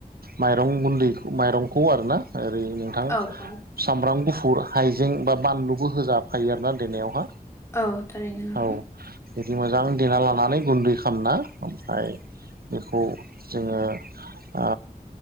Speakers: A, on the right (about 90°); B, on the left (about 20°).
A: माइरं गुन्दै माइरंखौ आरोना ओरै नोंथां
B: औ औ
A: सामब्राम गुफु फुर हाइजें बा बानलुबो होजाफायो आरोना देनायावहा
B: औ थारैनो नोंथां।
A: औ बिदि मोजां देना लानानै गुन्दै खालामना ओमफ्राय बेखौ जोङो ओ